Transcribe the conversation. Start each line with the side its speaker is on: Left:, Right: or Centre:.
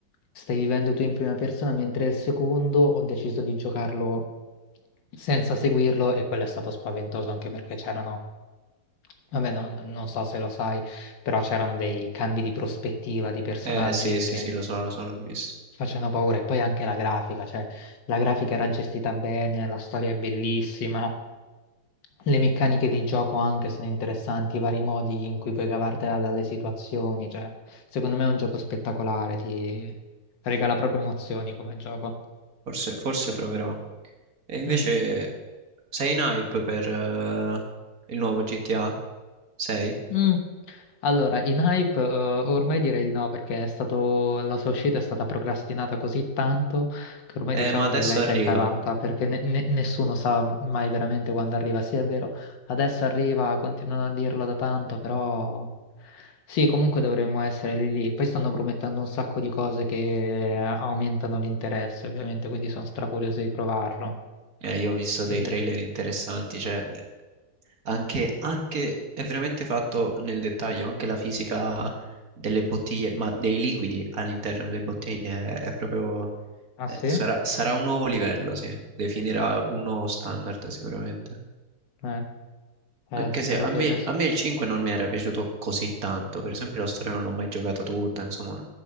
Left: stai vivendo tu in prima persona, mentre il secondo ho deciso di giocarlo senza seguirlo e quello è stato spaventoso anche perché c'erano, vabbè, no, non so se lo sai, però c'erano dei cambi di prospettiva di personaggi
Right: Eh sì, sì,
Left: che
Right: sì, lo so, lo so, l'ho visto.
Left: facendo paura. E poi anche la grafica, cioè la grafica era gestita bene, la storia è bellissima, le meccaniche di gioco anche sono interessanti, i vari modi in cui puoi cavartela dalle situazioni, cioè secondo me è un gioco spettacolare, ti regala proprio emozioni come gioco.
Right: Forse, forse proverò. E invece
Left: Mm.
Right: sei in hype per eh, il nuovo GTA? Sei?
Left: Mm. Allora, in hype eh, ormai direi di no perché è stato, la sua uscita è stata procrastinata così tanto che ormai
Right: Eh,
Left: diciamo
Right: ma adesso
Left: che l'hype
Right: arriva.
Left: è calata perché ne- ne- nessuno sa mai veramente quando arriva. Sì, è vero, adesso arriva, continuano a dirlo da tanto, però sì, comunque dovremmo essere lì lì. Poi stanno promettendo un sacco di cose che aumentano l'interesse, ovviamente, quindi sono stracurioso di provarlo.
Right: Eh, io ho visto
Left: E...
Right: dei trailer interessanti, cioè anche, anche è veramente fatto nel dettaglio, anche la fisica delle bottiglie, ma dei liquidi all'interno delle bottiglie è, è proprio,
Left: Ah
Right: eh,
Left: sì?
Right: sarà, sarà un nuovo livello, sì, definirà un nuovo standard sicuramente.
Left: Eh, eh,
Right: Anche
Left: spero
Right: se a
Left: che,
Right: me, a me il 5 non mi era piaciuto così tanto, per esempio la storia non l'ho mai giocata tutta, insomma,